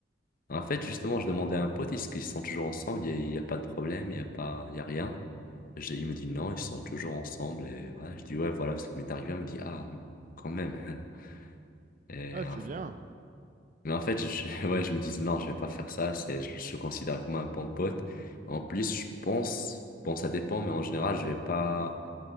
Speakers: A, on the left (about 50°); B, on the right (about 45°).
A: En fait, justement, je demandais à un pote, est-ce qu'ils sont toujours ensemble, il n'y a, y a pas de problème, il n'y a pas, il y a rien. J'ai- Il me dit, non, ils sont toujours ensemble, et ouais, je dis, ouais, voilà ce qui m'est arrivé, il me dit, ah, quand même. <laughs> Et,
B: Ah,
A: en
B: c'est bien.
A: Mais en fait, je, <laughs> ouais, je me dis non, je vais pas faire ça. C'est, je, je le considère comme un bon pote. En plus, je pense, bon, ça dépend, mais en général, je vais pas